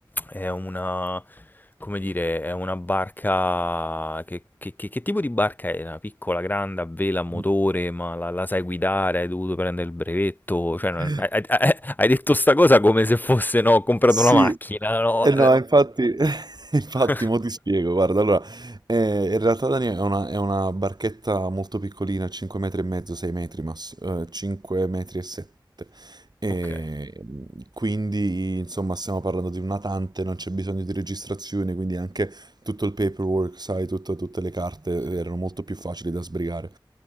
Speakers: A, on the left; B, on the right.
A: è una, come dire, è una barca. Che, che- che- che tipo di barca è? Una piccola, grande, a vela, a motore,
B: Mm.
A: ma la, la sai guidare? Hai dovuto prendere il brevetto? Cioè,
B: <laughs>
A: non- hai, hai- hai- hai detto sta cosa come se fosse, no, ho comprato
B: Sì,
A: una macchina, no?
B: eh no, infatti, <laughs> infatti,
A: <laughs>
B: mo ti spiego, guarda, allora, eh, in realtà Dani è una, è una barchetta molto piccolina, 5 metri e mezzo, 6 metri massimo, 5 metri e 7, e
A: Ok,
B: mh, quindi, insomma, stiamo parlando di un natante, non c'è bisogno di registrazione, quindi anche tutto il paperwork, sai, tutto- tutte le carte eh,
A: sì.
B: erano molto più facili da sbrigare.